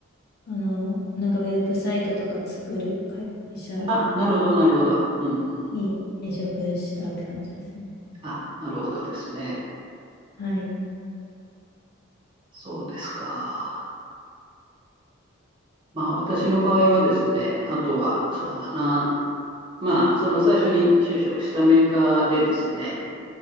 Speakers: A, on the left (about 45°); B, on the right (about 25°).
A: あの、なんかウェブサイトとか作る会社
B: あ、なるほど、なるほど。うん、うん、
A: に転職したって感じですね。
B: うん。あ、なるほどですね。
A: はい、
B: そうですか。まあ、私の場合はですね、あとは、そうだな。まあ、その最初に就職したメーカーでですね、